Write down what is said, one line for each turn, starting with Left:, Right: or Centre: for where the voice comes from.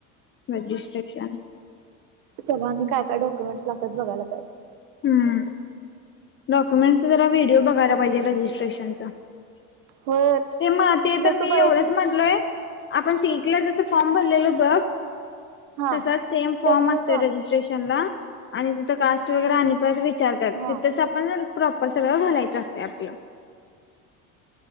Left: रजिस्ट्रेशन.
Right: त्याला आणि काय काय डक्युमेटस लागतात बघयला पाहिजे.
Left: हम्म डॉक्युमेंटचा जरा व्हिडिओ बघायला पाहिजे रजिस्ट्रेशनच.
Right: होय
Left: हे मण ते
Right: जर
Left: तर मी
Right: तू बघितलीस
Left: एवढंच म्हटलोय. आपण सिटीला जसं फॉर्म भरलेलो बघ.
Right: हा
Left: तसा सेम फॉर्म
Right: त्याचीच
Left: असतोय
Right: ना
Left: रजिस्ट्रेशन ला आणी तीथ कास्ट वगैरे आण परत विचारतात
Right: हा
Left: तिथं सप प्रॉपर सगळ भरायच असते आपल.